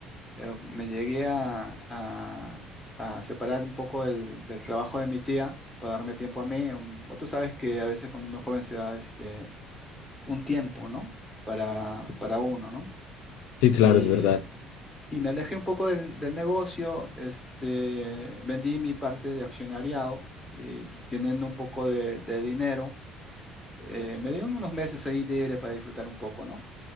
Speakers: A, in the centre; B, on the left (about 80°).
A: eh, me llegué a, a- a separar un poco del, del trabajo de mi tía para darme tiempo a mí. Un- Tú sabes que a veces cuando uno es joven se da este, un tiempo, ¿no? Para, para uno, ¿no?
B: Sí, claro,
A: Y,
B: es verdad.
A: y me alejé un poco del, del negocio, este, vendí mi parte de accionariado y teniendo un poco de, de dinero, eh, me di unos meses ahí libre para disfrutar un poco, ¿no?